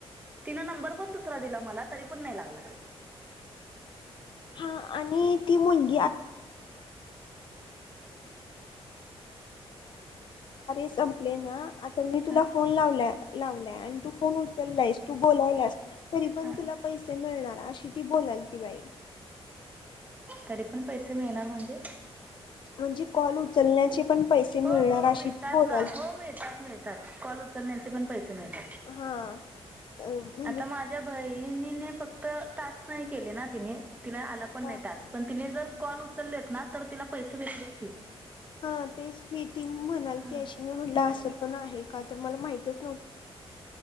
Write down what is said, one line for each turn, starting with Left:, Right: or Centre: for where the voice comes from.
Right: तिन नंबर पण दुसरा दिला मला तरी पण नाही लागला.
Left: हा. कार्य संपले ना आता मी तुला
Right: हा
Left: फोन लावलाय.. लावलाय आणि तू फोनच उचललास तू बोलायलास तरी पण
Right: हा
Left: तुला पैसे मिळणार. अशी ती बोलाल ती बाई
Right: तरी पण पैसे मिळणार म्हणजे
Left: म्हणजे कॉल उचलण्याचे पण पैसे मिळणार
Right: हो हो
Left: अशी
Right: मिळतात
Left: बोलाल
Right: ना हो मिळतात मिळतात कॉल पण पैसे मिळते
Left: हा अ, म्हणजे
Right: आता माझ्या बई णीने फक्त टास्क नाही केले ना तिने तिला आला पण
Left: हा
Right: नाही टास्क पण तिने जर, कॉल उचललेत ना तर, तिला पैसे भटलेत की.
Left: हा तेच मी ती म्हणाल
Right: हा
Left: ती अशी मी म्हटलं असं पण आहे. का तर मला माहितंच